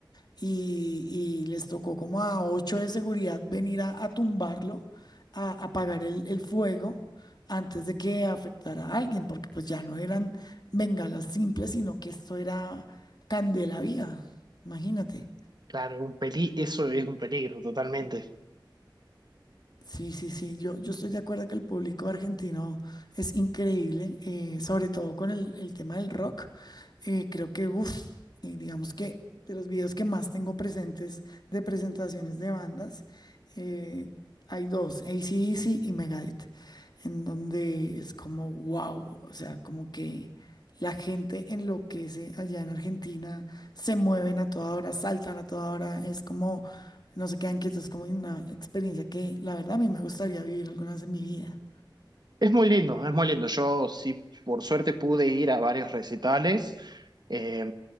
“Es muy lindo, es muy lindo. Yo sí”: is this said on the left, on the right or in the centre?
Right